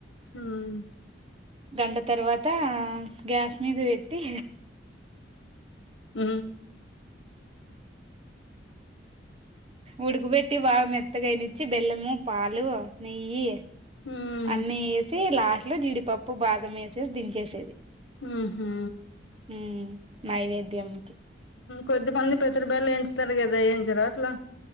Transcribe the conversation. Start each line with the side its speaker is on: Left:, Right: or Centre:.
Left: ఉమ్
Right: గంట తర్వాత గ్యాస్ మీద పెట్టి
Left: ఉ
Right: ఉడుకుబెట్టి బాగ మెత్తగ అయినిచ్చి బెల్లము పాలు నెయ్యి
Left: ఉమ్ ఉమ్
Right: అన్నీ వేసి లాస్ట్ లో జీడిపప్పు బాదం వేసేసి దించేసేది
Left: హ్మ్ హు
Right: మ్మ్ నైవేద్యం కి
Left: కొద్దిమంది పెసరబ్యాళ్లు ఏంచుతారు కదా ఎంచర అట్లా